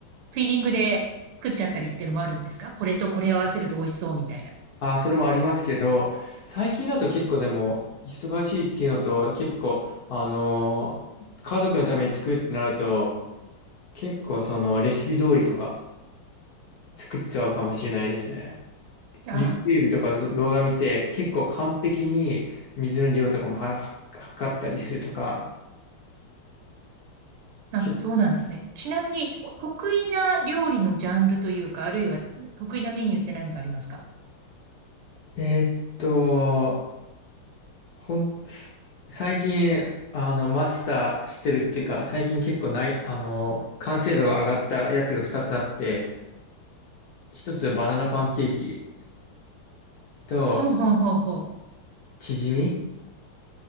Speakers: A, on the right; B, on the left.
A: フィーリングで食っちゃったりっていうのもあるんですかこれとこれ合わせると美味しそうみたいな。
B: あ、それもありますけど、最近だと結構でも忙しいっていうのと、結構、あの、家族のために作るってなると、結構そのレシピ通りとか作っちゃうかもしれないですね。
A: あ、
B: YouTube とかの動画見て結構完璧に水の量とかもはは測ったりするとか。
A: あ、
B: け
A: そうなんですね。ちなみに、お得意な料理のジャンルというか、あるいは得意なメニューって何かありますか
B: えーっと、ほん、す最近あのマスターしてるっていうか最近結構ない、あの、完成度が上がったやつが2つあって、1つはバナナパンケーキと
A: ほうほうほうほう。
B: チヂミ